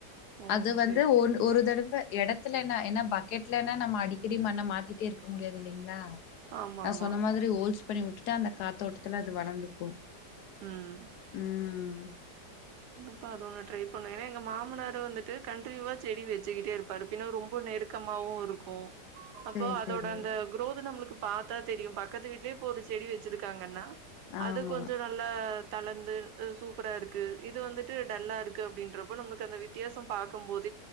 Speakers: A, on the right; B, on the left.
A: ஓ
B: அது வந்து
A: சேரி
B: ஓன் ஒரு தடவ் வ எடத்துலனா ஏனா பக்கெட்லனா நம்ம அடிக்கடி மண்ண மாத்திட்டே இருக்க முடியாது இல்லைங்ளா
A: ஆமா
B: நா
A: ஆமா
B: சொன்ன மாதிரி ஓல்ஸ் பண்ணி வுட்டுட்டா அந்த காத்தோட்டத்துல அது வளந்துக்கு
A: ம்
B: ம்
A: அப்ப அத ஒன்னு ட்ரை பண்ணு ஏனா எங்க மாமனாரு வந்துட்டு கண்ட்னியூவா செடி வச்சுக்கிட்டே இருப்பாரு பின்னால் ரொம்ப நெருக்கமாவு இருக்கு அப்போ
B: சேரி
A: அதோட
B: சேரி
A: அந்த குரோது நம்மளுக்கு பாத்தா தெரியு பக்கத்து வீட்லே இப்ப ஒரு செடி வெச்சிருக்காங்கன்னா அது
B: ஆமா
A: கொஞ்ச நல்லா தளர்ந்து அ சூப்பரா இருக்கு இது வந்துட்டு டல்லா இருக்கு அப்படின்றப்ப நம்மளுக்கு அந்த வித்தியாச பாக்கம் போது